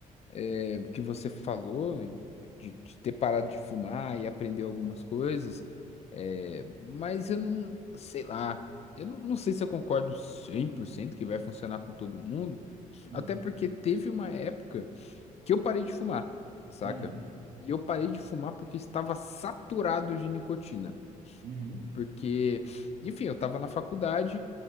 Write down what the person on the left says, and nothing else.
é, que você falou, e de, de ter parado de fumar e aprender algumas coisas, é, mas eu não, sei lá, eu não, não sei se eu concordo 100% que vai funcionar com todo mundo,
até porque teve uma época que eu parei de fumar, saca?
E eu parei de fumar porque estava saturado de nicotina.
Porque, enfim, eu estava na faculdade